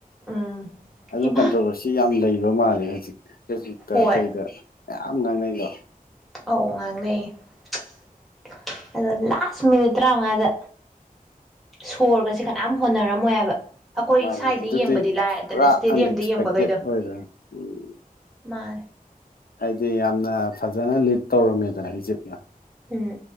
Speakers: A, in the centre; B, on the left (about 80°).
A: ꯎꯝ
B: ꯑꯗꯨ
A: ꯍꯩꯃꯥ
B: ꯀꯟꯇ꯭ꯔꯣꯕꯔ ꯁꯤ ꯌꯥꯝ ꯂꯩꯕ ꯃꯥꯜꯂꯦ ꯍꯧꯖꯤꯛ ꯐꯦꯁꯕꯨꯛꯇ
A: ꯍꯣꯏ
B: ꯀꯩꯗ ꯃꯌꯥꯝ ꯉꯥꯡꯅꯩꯀꯣ
A: ꯑꯧ ꯉꯥꯡꯅꯩ <unintelligible> ꯑꯗꯣ ꯂꯥꯁ ꯃꯤꯅꯤꯠ ꯇꯔꯥꯃꯉꯥꯗ ꯁꯣꯔꯒꯁꯦ ꯀꯅꯥꯝ ꯍꯣꯠꯅꯔꯝꯃꯣꯏ ꯍꯥꯏꯕ ꯑꯩꯈꯣꯏ
B: ꯃꯥꯅꯦ
A: ꯁ꯭ꯋꯥꯥꯏꯗ
B: ꯑꯗꯨꯗꯤ
A: ꯌꯦꯡꯕꯗꯤ ꯂꯥꯏꯔꯗꯅ
B: ꯄꯨꯔꯥ
A: ꯏꯁꯇꯦꯗꯤꯌꯝꯗ
B: ꯑꯟꯑꯛꯁꯄꯦꯛꯇꯦꯠ
A: ꯌꯦꯡꯕꯈꯩꯗꯣ
B: ꯑꯣꯏꯗꯅ ꯎꯝ
A: ꯃꯥꯅꯦ
B: ꯍꯥꯏꯗꯤ ꯌꯥꯝꯅ ꯐꯖꯅ ꯂꯤꯠ ꯇꯧꯔꯝꯃꯦꯗꯅ ꯏꯖꯤꯞꯅ
A: ꯎꯝ